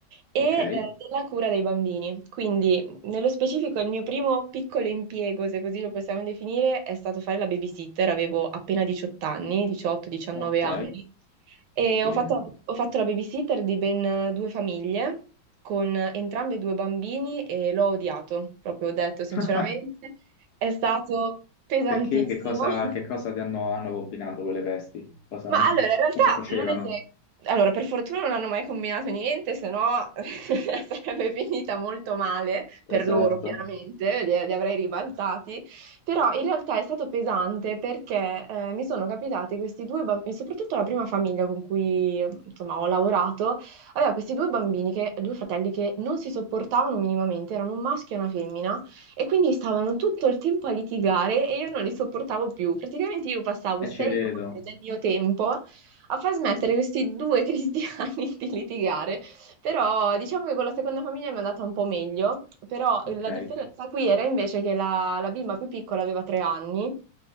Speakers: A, on the right (about 85°); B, on the left (about 65°).
A: e
B: Ok,
A: eh, della cura dei bambini. Quindi nello specifico il mio primo piccolo impiego, se così lo possiamo definire, è stato fare la babysitter. Avevo appena 18 anni, 18-19
B: ok,
A: anni, e
B: sì.
A: ho fatto, ho fatto la babysitter di ben due famiglie con entrambi due bambini e l'ho odiato, proprio ho detto sinceramente,
B: <laughs>
A: è stato pesantissimo.
B: Perché che cosa,
A: <laughs>
B: che cosa ti hanno, hanno combinato quelle vesti? Cosa,
A: Ma
B: hanno-
A: allora,
B: <laughs>
A: in realtà
B: cosa facevano?
A: non è che... Allora, per fortuna non hanno mai combinato niente, se no <laughs> sarebbe finita molto male per
B: Esatto,
A: loro, chiaramente, li, li avrei ribaltati, però in realtà è stato pesante perché eh, mi sono capitati questi due bambini, soprattutto la prima famiglia con cui insomma ho lavorato, aveva questi due bambini, che, due fratelli che non si sopportavano minimamente, erano un maschio e una femmina. E quindi stavano tutto il tempo a litigare e io non li sopportavo più. Praticamente io passavo
B: e
A: sei
B: ci credo.
A: ore del mio tempo a far smettere questi due cristiani <laughs> di litigare. Però diciamo che con la seconda famiglia mi è andata un po' meglio, però eh,
B: Ok,
A: la differenza qui era invece che la, la bimba più piccola aveva tre anni